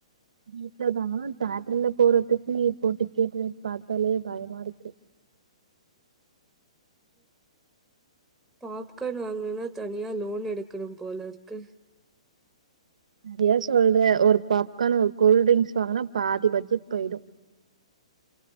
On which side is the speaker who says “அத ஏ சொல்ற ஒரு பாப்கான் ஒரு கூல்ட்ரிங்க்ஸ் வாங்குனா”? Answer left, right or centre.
Right